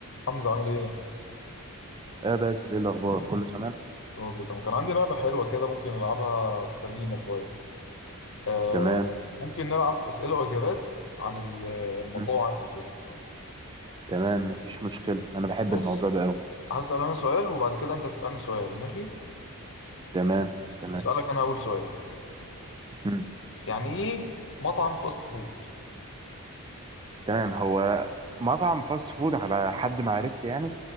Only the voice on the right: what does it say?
اه بس ايه الاخبار كله تمام
تمام
مم.
تمام مفيش مشكله انا بحب
الموضوع ده قوي
تمام تمام
مم.
تمام هو مطعم فاست فود على حد ما عرفت يعني